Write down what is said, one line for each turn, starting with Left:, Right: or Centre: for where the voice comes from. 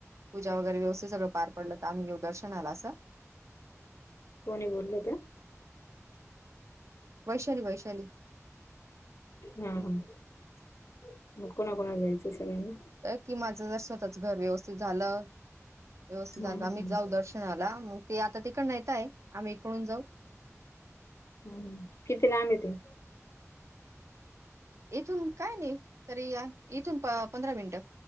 Right: पूजा वगैरे व्यवस्थीत सगळं पार पडलं, तर आम्हीे येऊ दर्शनाला असं.
Left: कोणी बोललं होतं?
Right: वैशाली वैशाली.
Left: हा हा मग कोणा कोणाला जायचं सगळ्यांनी?
Right: कि माझं जर स्वतःचं घर व्यवस्थित झालं, व्यवस्थित झालं
Left: हा हा
Right: आम्ही
Left: हा
Right: जाऊ दर्शन झालं मग ते आता तिकडन येत आहे, आम्ही इकडून जाऊ.
Left: हम्म हम्म. किती लांब आहे ते?
Right: इथून काय नाही, तरी या इथून पंधरा मिनिटं